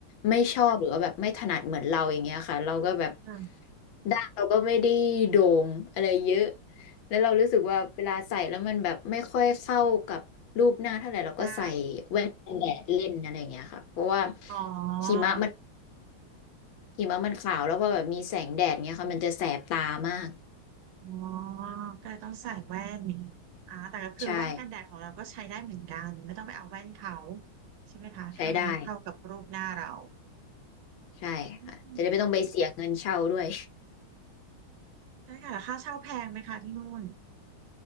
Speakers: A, on the left (about 70°); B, on the right (about 80°).
A: ไม่ชอบหรือว่าแบบไม่ถนัดเหมือนเราอย่างเงี้ยค่ะเราก็แบบ
B: ค่ะ
A: ด้านเราก็ไม่ได้โด่งอะไรเยอะแล้วเรารู้สึกว่าเวลาใส่แล้วมันแบบไม่ค่อยเข้ากับรูปหน้าเท่าไหร่เราก็ใส่แว่นกันแดดเล่นอะไรอย่างเงี้ยค่ะเพราะว่า
B: หน้าอ๋อ
A: หิมะมันหิมะมันขาวแล้วพอแบบมีแสงแดดเงี้ยค่ะมันจะแสบตามาก
B: อ๋อก็เลยต้องใส่แว่นอย่างงี้อ่าแต่ก็คือแว่นกันแดดของเราก็ใช้ได้เหมือนกันไม่ต้องไปเอาแว่นเขา
A: ใช่
B: ใช่ไหมคะถ้ามันไม่เข้ากับรูปหน้าเรา
A: ใช้ได้ใช่ค่ะจะได้ไม่ต้องไปเสียเงินเช่าด้วย
B: อืมใช่ค่ะแล้วค่าเช่าแพงไหมคะที่นู่น